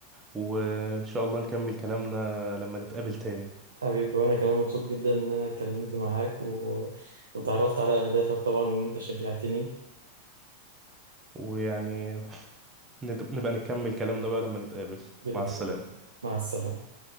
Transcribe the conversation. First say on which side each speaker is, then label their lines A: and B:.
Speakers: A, on the right (about 20°); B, on the right (about 70°).
A: وان شاء الله نكمل كلامنا لما نتقابل تاني
B: حبيبي وانا كمان مبسوط جدا ان انا اتكلمت معاك و... وتعرفت على اهدافك طبعا وان انت شجعتني
A: ويعني نب- نبقى نكمل كلامنا بقى لما نتقابل
B: باذن
A: مع السلامة
B: الله مع السلامه